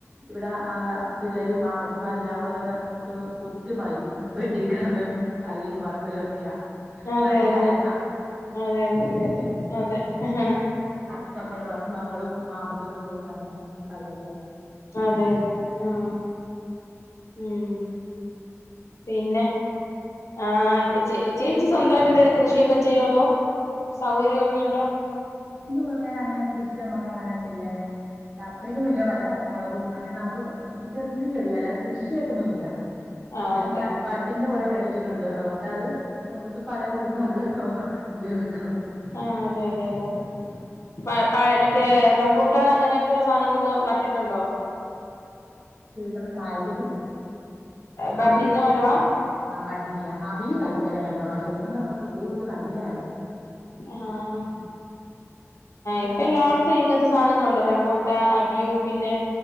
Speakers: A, on the right; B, on the left.
A: ഇവിടെ എന്താ പിള്ളേരും. മാം അമ്മച്ചിമാരെ എല്ലാം കൂടെ കേട്ന്ന് കുത്തി മറിയും വെ ബെഡി കന്ന് കളിയും പറക്കലും ഒക്കെയാ
B: ആഹ്
A: നല്ല
B: അതെ അതെ
A: അരങ്ങാ
B: അതെ ആഹ് അതെ അതെ അതെ അതെ ആഹ് അതെ
A: പത്ത് മക്കളുണ്ട് പത്ത് മക്കളും മാമ്മച്ചിയോട് കൂടുമ്പോ നല്ല കളിയോക്കയ
B: അതെ അതെ അതെ ആഹ് ഉം പിന്നെ
A: ഉം
B: ആഹ് ചേച്ചി ചേച്ചി സ്വന്തായിട്ട് എന്തെങ്കിലും കൃഷിയൊക്കെ ചെയ്യോ അതോ സൗകര്യമൊക്കെ
A: കൃഷി
B: ഉണ്ടോ
A: കൃഷിന്ന് പറയാൻ അങ്ങനെ കൃഷി നമ്മക്ക് ആരാ ചെയ്യാന് അത്രയ്ക്കൊന്നുല്ല പല പച്ചമുളകും അങ്ങനെ നമുക്ക് ചെറിയ ചെറിയല്ലതെ കൃഷിയായിട്ടൊന്നുല്ല
B: ആഹ്
A: പിന്നെ
B: ഓക്കെ
A: ബ ബഡിന്റെ കുറെ മേടിച്ച വെച്ചിട്ടുണ്ട് അതുകൊണ്ട അത് ത് ഫലം കിട്ടുമ്പോ നമ്മള് ഉപയോഗികവും
B: ആഹ് അതെ അതെ അതെ അതെ പ പഴ മറ്റേ റംപൂട്ടാൻ അങ്ങനെ ക്കിയുള്ള സാനങ്ങളൊക്കെ നട്ടിട്ടുണ്ടോ
A: ത്ര കായ്ച്ചിട്ടില്ല
B: ബഡിന്റെ
A: അബിയു
B: മരവാ
A: ആഹ് ബഡിന്റെയാ അബിയു കായിക്കല് കഴിഞ്ഞ പ്രാആവശ്യം തണങ്ങക്ക് പൂവിട്ട് കണ്ടില്ലാന്
B: ആഹ്
A: അവി
B: ഇപ്പൊ
A: നല്ലതല്ല
B: എല്ലാടത്തും ഇങ്ങനത്തെ സാനങ്ങളുണ്ട് റംബോട്ടാൻ അബ് വ്യൂ പിന്നെ